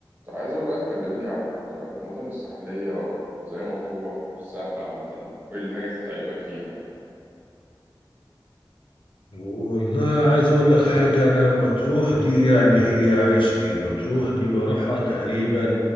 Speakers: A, on the right; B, on the left.
A: كنت عايزك بقى تكلمني عن المدن الساحلية وزي مطروح والساحل عامة وإيه الحاجات اللي تعجبك فيها
B: والله عايز اقول لك حاجة انا مطروح دي يعني هي عشقي مطروح دي بروحها تقريبا